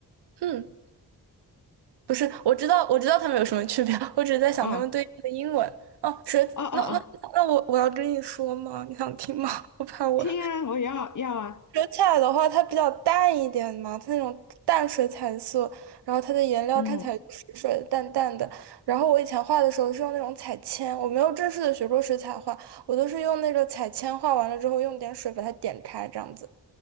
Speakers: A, on the right; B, on the left.
A: 嗯，不是，我知道，我知道它们有什么区别，<laughs> 我只是在想它们对应的英文。
B: 嗯。
A: 哦，水，
B: 哦哦哦，
A: 那那那我我要跟你说吗？你想听吗？<laughs> 我怕我
B: 天啊，我要要啊，
A: 水彩的话，它比较淡一点嘛，它那种淡水彩色，然后它的颜料看起来就水水的、
B: 嗯
A: 淡淡的。然后我以前画的时候是用那种彩铅，我没有正式的学过水彩画，我都是用那个彩铅画完了之后，用点水把它点开这样子。